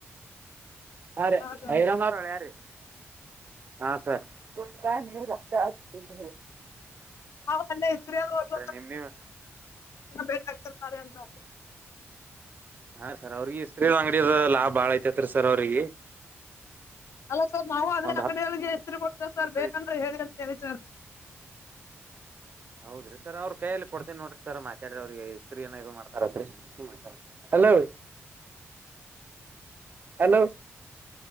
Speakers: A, on the right; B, on the left.
A: ಹ ರೀ
B: ಅದು
A: ಐದನರಳೆ ರೀ ಹ ಸರಿ ಹ ಹ್ಮ
B: ಹಲ್ಲ ಇತ್ರಿಾಗಾಗ
A: ನಿಮ್ ನೀವ್
B: ಬೇಕಾಗ್ತ <unintelligible> ಅೆಯ ನೋ <unintelligible>
A: ಹಾ ರೀ ಸರ್ ಅವ್ರಿಗೆ ಇಸ್ತ್ರೀ ಅಂಗಡಿದ ಲಾಭ ಭಾಳ ಐತತ್ರಿ ಸರ್ ಅವ್ರಿಗೆ
B: ಅಲ್ಲ ಸರ್ ನಾವು ಅದೆ
A: ಒಂದ್
B: ಅಂಗಡಿಯಗೆ ಹೆಸರು ಕೊಡ್ತೇವೆ
A: ಹತ್ತು
B: ಸರ್ ಬೇಕಂದ್ರೆ ಹೇಳಿ ಅಂತ
A: ಹೌದ್ರಿ ಸರ್ ಅವ್ರ ಕೈಯಲ್ಲಿ ಕೊಡ್ತೇನಿ ನೋಡ್ರಿ ಸರ್ ಮಾತಾಡ್ರರಿ ಅವ್ರಿಗೆ ಇಸ್ತ್ರರಿ ಏ ಇದು ಮಾಡ್ತಾರ ಹಲೋ ಹಲೋ